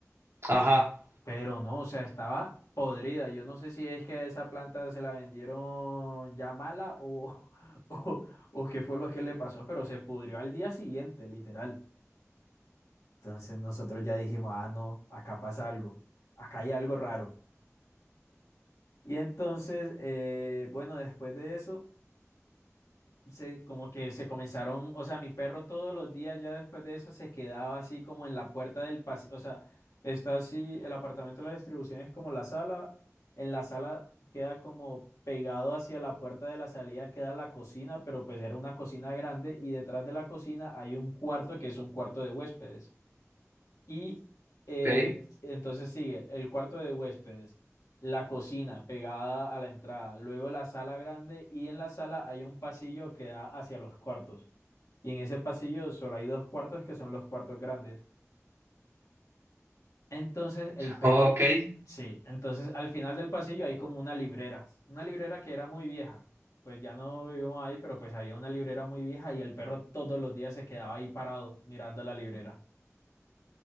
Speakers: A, on the right; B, on the left.
A: Ajá,
B: Pero no, o sea, estaba podrida. Yo no sé si es que esa planta se la vendieron ya mala o, <laughs> o, o qué fue lo que le pasó, pero se pudrió al día siguiente, literal. Entonces nosotros ya dijimos, ah, no, acá pasa algo, acá hay algo raro. Y entonces, eh, bueno, después de eso... se, como que se comenzaron, o sea, mi perro todos los días ya después de eso se quedaba así como en la puerta del pasillo, o sea, está así, el apartamento de la distribución es como la sala, en la sala queda como pegado hacia la puerta de la salida queda la cocina, pero pues era una cocina grande y detrás de la cocina hay un cuarto que es un cuarto de huéspedes. Y eh,
A: ok.
B: entonces sigue el cuarto de huéspedes, la cocina pegada a la entrada, luego la sala grande y en la sala hay un pasillo que da hacia los cuartos. Y en ese pasillo solo hay dos cuartos que son los cuartos grandes. Entonces el perro,
A: Ok.
B: sí, entonces al final del pasillo hay como una librera, una librera que era muy vieja. Pues ya no vivimos ahí, pero pues había una librera muy vieja y el perro todos los días se quedaba ahí parado mirando la librera.